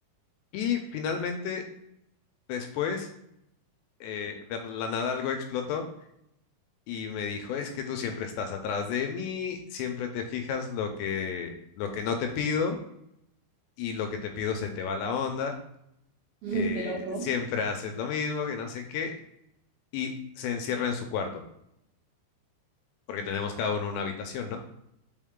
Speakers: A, on the left (about 80°); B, on the right (about 80°).
A: Y finalmente... Después eh, de la nada algo explotó y me dijo, es que tú siempre estás atrás de mí, siempre te fijas lo que, lo que no te pido y lo que te pido se te va la onda,
B: <laughs> Qué
A: eh,
B: loco.
A: siempre haces lo mismo, que no sé qué, y se encierra en su cuarto, porque tenemos cada uno una habitación, ¿no?